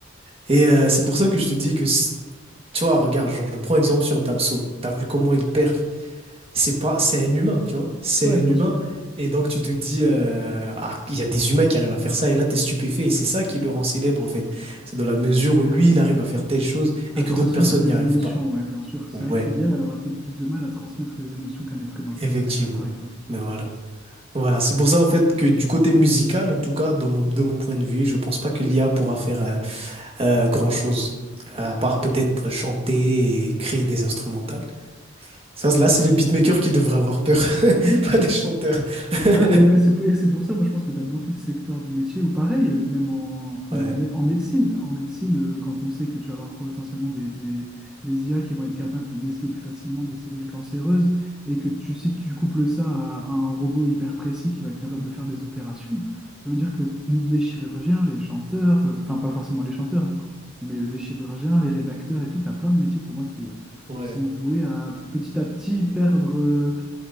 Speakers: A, on the right; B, in the centre.
A: Et euh, c'est pour ça que je te dis que, c- tu vois, regarde, genre, je prends exemple sur Damso. T'as vu comment il perd c'est pas, c'est un humain, tu vois. C'est
B: Ouais, bien
A: un humain.
B: sûr.
A: Et donc, tu te dis, euh, ah, il y a des humains qui arrivent à faire ça, et là, t'es stupéfait. Et c'est ça qui le rend célèbre, en fait. C'est dans la mesure où lui, il arrive à faire telle chose
B: À
A: et que
B: transmettre
A: d'autres personnes
B: des
A: n'y arrivent
B: émotions,
A: pas.
B: ouais, bien sûr. C'est
A: Ouais,
B: vrai que l'IA, elle aura peut-être plus de mal à transmettre des émotions qu'un être humain, c'est
A: effectivement.
B: vrai, je suis d'accord avec toi.
A: Mais voilà. Voilà. C'est pour ça, en fait, que du côté musical, en tout cas, de mon, de mon point de vue, je pense pas que l'IA pourra faire euh, euh, grand-chose. À part peut-être chanter et créer des instrumentales. Ça, là, c'est les beatmakers qui devraient avoir peur, <laughs>
B: Ouais.
A: pas
B: <laughs>
A: les chanteurs. <laughs>
B: Ah, mais ouais, c'est pour, et c'est pour ça, moi je pense que tu as beaucoup de secteurs de métiers où pareil, euh, même en, même
A: Ouais.
B: en, mé- en médecine, en médecine, euh, quand on sait que tu vas avoir potentiellement des, des, des IA qui vont être capables de déceler plus facilement des cellules cancéreuses, et que tu, si tu couples ça à, à un robot hyper précis qui va être capable de faire des opérations, ça veut dire que t- les chirurgiens, les chanteurs, euh, enfin pas forcément les chanteurs du coup, mais euh, les chirurgiens, les rédacteurs et tout, tu as plein de métiers pour moi qui, euh,
A: Ouais,
B: qui sont voués à petit à petit perdre. euh,